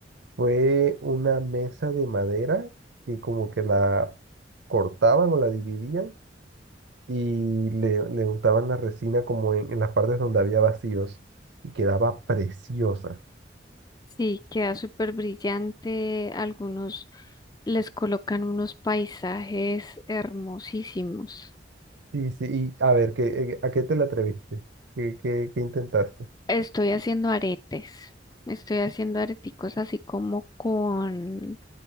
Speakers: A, on the right; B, on the left.
A: Fue una mesa de madera que como que la cortaban o la dividían y le, le untaban la resina como en, en las partes donde había vacíos y quedaba preciosa.
B: Sí, queda súper brillante, algunos les colocan unos paisajes hermosísimos.
A: Sí, sí, y a ver, ¿qué, eh, a qué te la atreviste? ¿Qué, qué, qué intentaste?
B: Estoy haciendo aretes, estoy haciendo areticos así como con